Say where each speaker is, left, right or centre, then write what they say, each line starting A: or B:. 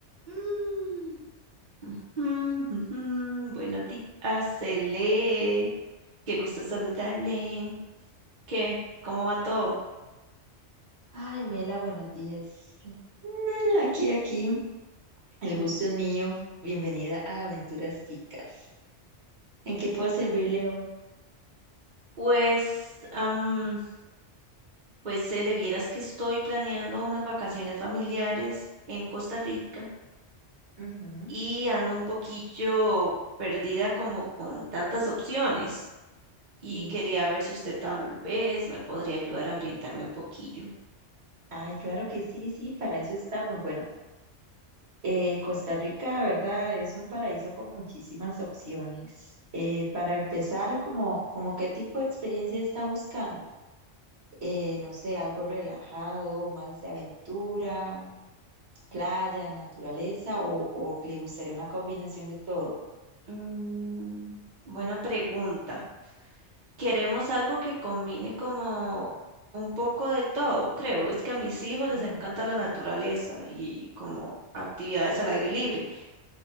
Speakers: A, on the right; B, on the right.
A: Mm, mm, ujú. Buenos días, Cele. Qué gusto saludarle. ¿Qué? ¿Cómo va todo?
B: Ay, Mela, buenos días. Mm, Aquí, aquí, el gusto es mío. Bienvenida a Aventuras Ticas. ¿En qué puedo servirle hoy?
A: Pues, am, pues Cele, vieras que estoy planeando unas vacaciones familiares en Costa Rica
B: Ujú,
A: y ando un poquillo perdida como con tantas opciones y
B: sí.
A: quería ver si usted tal vez me podría ayudar a orientarme un poquillo.
B: Ay, claro que sí, sí, para eso estamos. Bueno, eh, Costa Rica, ¿verdad? Es un paraíso con muchísimas opciones. Eh, para empezar, como, como qué tipo de experiencia está buscando? Eh, no sé, algo relajado, más de aventura, playa, naturaleza, o, o le gustaría una combinación de todo.
A: Mm, buena pregunta. Queremos algo que combine como un poco de todo, creo. Es que a mis hijos
B: Mm,
A: les encanta
B: ok,
A: la naturaleza y como actividades al aire libre,